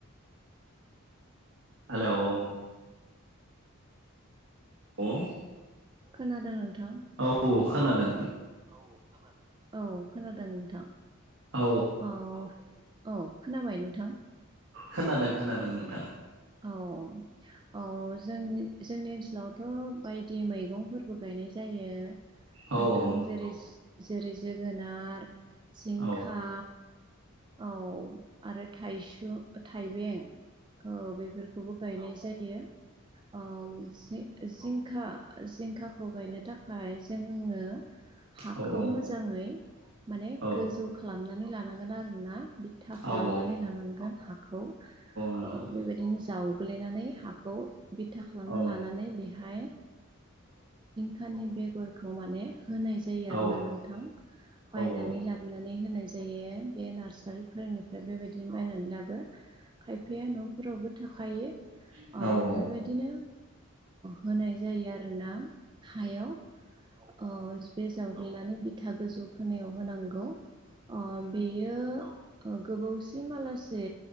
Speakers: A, on the right (about 60°); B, on the right (about 20°).
A: हेलौ' लौ
B: खोनादों नोंथां।
A: औ औ खोनादों।
B: औ खोनादों औ खोनादों नोंथां
A: औ
B: औ औ खोनाबाय नोंथां?
A: खोनादों खोनादों नोंथां।
B: औ औ जोंनि जोंनि ओनसोलावथ बायदि मैगंफोरबो गायनाय जायो।
A: औ
B: नोंथां
A: औ
B: जेरै जेरै जोगोनार जिंखा
A: औ
B: औ आरो थाइसु थाइबें औ बेफोरखौबो गायनाय जायो औ सै जिंखा जिंखाखौ गायनो थाखाय जोंनो हाखौ
A: औ औ
B: मोजांङै माने
A: औ
B: गोजौ खालामनानै लानांगोन आरोना बिथा खालामनानै
A: औ औ
B: लानांगोन हाखौ
A: नोंथां
B: औ बेबायदिनो जावगलायनानै हाखौ बिथा खालामना
A: औ
B: लानानै बेहायं खानि बेगरखौ माने होनाय जायो आरोना
A: औ
B: नोंथां बायनानै
A: औ नोंथां औ
B: ला हाबनानै होनाय जायो बे नारसारिफोरनिफ्राय बेबायदिनो बायनानै लाबो खायफाया नफोरावबो थाखायो
A: औ
B: बेबायदिनो
A: औ
B: होनाय जायो आरोना हायाव अ बे जावग्लिनानै बिथा गोजौ फोनायाव होनांगौ अ बियो गोबावसि मालासे